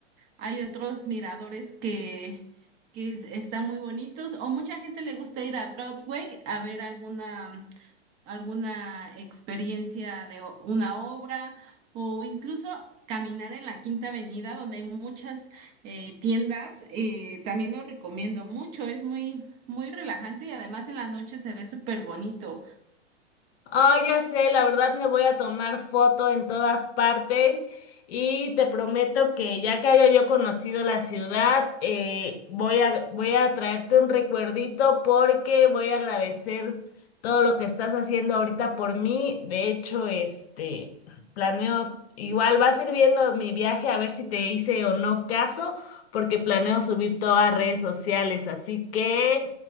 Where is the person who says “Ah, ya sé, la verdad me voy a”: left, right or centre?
Left